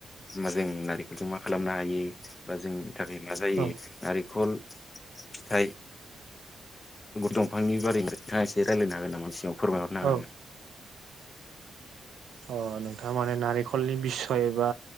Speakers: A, on the left; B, on the right.
A: बा जों नारेंखलजों मा खालामनो हायो बा जोंनि थाखाय मा जायो
B: औ
A: नारेंखल थायो। दंफांनि बारैनो नोथाङा एसे रायज्लायनो हागोन नामा सिगाङाव फोरमायहरनो हागोन
B: औ
A: आङो
B: अ नोंथां माने नारेंखलनि बिसय बा